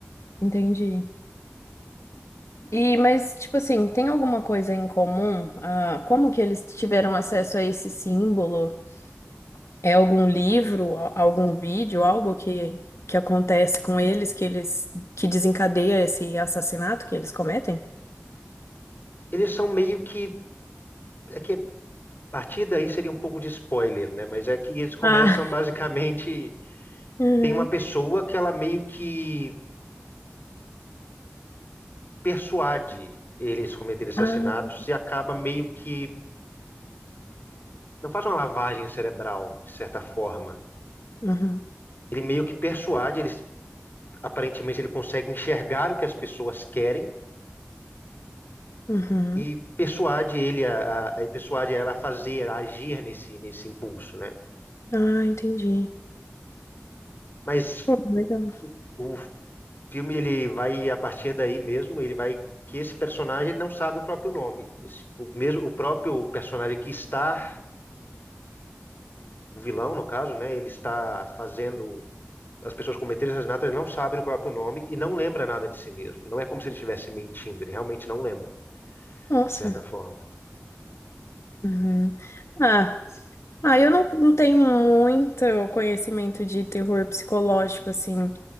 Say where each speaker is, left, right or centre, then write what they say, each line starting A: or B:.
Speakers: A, on the left; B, on the left.
A: Entendi. E, mas, tipo assim, tem alguma coisa em comum? Ah, como que eles tiveram acesso a esse símbolo? É algum livro, a- algum vídeo, algo que, que acontece com eles, que eles, que desencadeia esse assassinato que eles cometem?
B: Eles são meio que, é que a partir daí seria um pouco de spoiler, né? Mas é que eles começam
A: Ah,
B: basicamente,
A: <laughs> uhum.
B: tem uma pessoa que ela meio que persuade eles cometerem assassinatos
A: Ah,
B: e acaba meio que, não faz uma lavagem cerebral, de certa forma.
A: uhum,
B: Ele meio que persuade, eles aparentemente ele consegue enxergar o que as pessoas querem
A: uhum.
B: e persuade ele a, a, a persuade ela a fazer, a agir nesse nesse impulso, né?
A: Ah, entendi.
B: Mas
A: Pô, legal.
B: o, o, o filme ele vai a partir daí mesmo, ele vai que esse personagem ele não sabe o próprio nome. Esse, o mesmo o próprio personagem que está o vilão no caso, né? Ele está fazendo as pessoas cometerem assassinato, ele não sabe o próprio nome e não lembra nada de si mesmo. Não é como se ele estivesse mentindo, ele realmente não lembra,
A: Nossa.
B: de certa forma.
A: Uhum. Ah, ah, eu não, não tenho muito conhecimento de terror psicológico, assim.